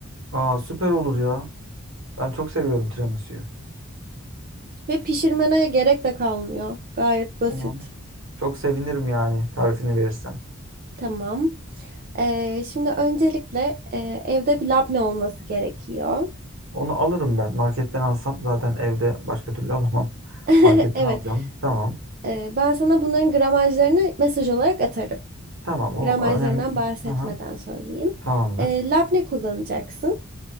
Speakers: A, on the right; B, on the right.
A: Aa süper olur ya. Ben çok seviyorum tiramisu'yu.
B: Ve pişirmene gerek de kalmıyor. Gayet basit.
A: Tamam. Çok sevinirim yani tarifini verirsen.
B: Tamam. Ee, şimdi öncelikle e, evde bir labne olması gerekiyor.
A: Onu alırım ben. Marketten alsam zaten evde başka türlü alamam. <laughs>
B: <laughs>
A: Marketten
B: Evet.
A: alacağım. Tamam.
B: Ee, ben sana bunların gramajlarını mesaj olarak atarım.
A: Tamam o
B: Gramajlarından
A: önemli.
B: bahsetmeden
A: Aha,
B: söyleyeyim.
A: tamamdır.
B: E, labne kullanacaksın.